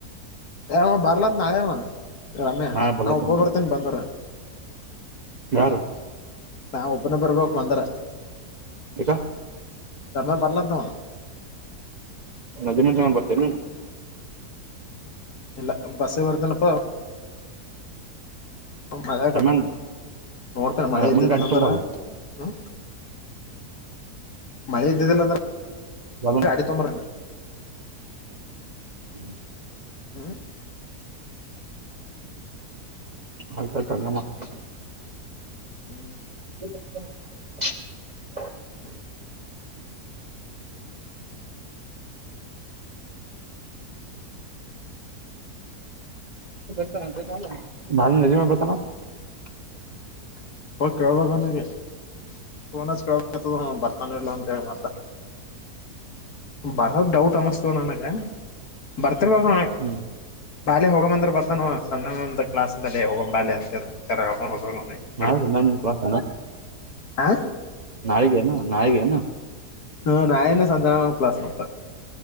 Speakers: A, on the left; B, on the right.
A: ಅವ ಬರ್ಲಂತ ನಾಳೆವ ರಮ್ಯಾ
B: ನಾ ಬಲ
A: ಒಬ್ಬ
B: ಬಂತ
A: ಬರ್ತೇನಿ ಬಂದರ
B: ಯಾರು
A: ನಾ ಒಬ್ಬನ ಬರ್ಬಕ್ ಬಂದರ
B: ಯಾಕ
A: ಆವಾ ತರ್ಲಾ ಅಂತ ಆವಾ
B: ನದಮಸ ಬರ್ತೀರ
A: ಇಲ್ಲ ಬಸ್ಸ ಬರ್ತನಿ ಅಪ್ಪ ಮಳೆ
B: ರಮ್ಯಾನ್
A: ನೋಡ್ತೇನೆ ಮಳೆ
B: ರಮ್ಯಾನ್
A: ಇದ್ದಿದ್ದ
B: ಗಾಡಿ
A: ನಂತ್ರ
B: ತಗೊಂಬಲ್ಲ
A: ಹ್ಮ- ಮಳೆ ಇದ್ದಿದ್ದಿಲ್ಲ ಅಂದ್ರೆ
B: ಲಗೂನ
A: ಅಡಿ ತೊಂಬ್ರಲ್ಲ
B: ಹ್ಮ್ <inaudible>
A: ಹ್ಮ <inaudible>
B: ಆಯ್ತ ಆತಂಗಮ್ಮ <inaudible>
A: ಹ್ಮ್ <inaudible>
B: <inaudible> <inaudible> ತ ನ ನಜ ಬತಾನ <inaudible>
A: ಕೇಳಬಾಗನಿಗೆ ಫೋನ ಕೇಳತದ ಬರ್ತಾನೆ ಇಲ್ಲ ಅಂತ ಹೇಳ ಮತ ಬರದು ಡೌಟ್ ಅಮಸ್ತವ ನನಗೆ ಬರ್ತಿರ್ವಾಗ
B: ಹ್ಮ್
A: ಬಾಯ ಹೋಗ ಅಂದ್ರ ಬರ್ತಾನ ಸಂದ ಕ್ಲಸ್ದಲ್ಲಿಲ್ಲಿ ಹೋಗ್ ಬಾಲ್ ಅಂತಕೊಂಡ್ ಹೋಗ
B: ನಾಳೆ ಪ್ರಾಸ
A: ಹಾ
B: ನಾಳಿಗೆ ನಾಳಿಗೆ
A: ಹಾ -ನಾಯನ ಸಂಜಣ ಕ್ಲಸ್- ನ್ತಾ